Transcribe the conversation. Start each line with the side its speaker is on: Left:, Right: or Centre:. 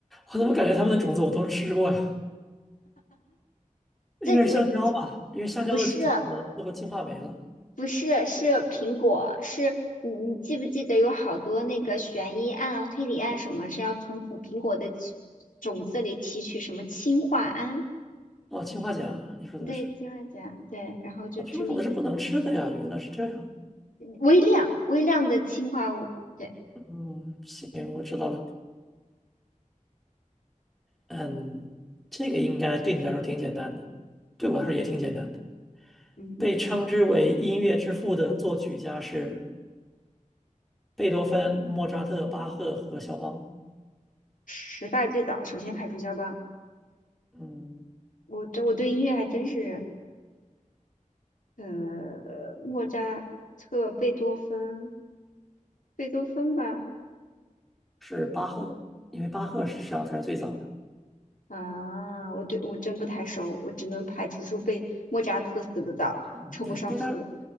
Centre: 我怎么感觉它们的种子我都吃过呀？应该是香蕉吧，
Left: 这我
Centre: 因为香蕉的种子最后进化没了。
Left: 不是不是是苹果，是你你记不记得有好多那个悬疑案、推理案什么是要从从苹果的起种子里提取什么氰化铵？
Centre: 哦，氰化钾，你说的是。
Left: 对，氰化钾，对，然后就致命。
Centre: 哦，苹果种子是不能吃的呀，原来是这样。
Left: 微量微量的氰化物，对，
Centre: 嗯，行，我知道了。嗯，这个应该对你来说挺简单的，对我来说也挺简单的。
Left: 嗯，
Centre: 被称之为音乐之父的作曲家是贝多芬、莫扎特、巴赫和肖邦。
Left: 时代最早首先排除肖邦。
Centre: 嗯。
Left: 我对我对音乐还真是，呃，莫扎特、贝多芬、贝多芬吧，
Centre: 是巴赫，因为巴赫实际上才是最早的。
Left: 啊，我对我真不太熟，我只能排除说被莫扎特死得早，
Centre: 嗯，
Left: 称不上父。
Centre: 对，贝拉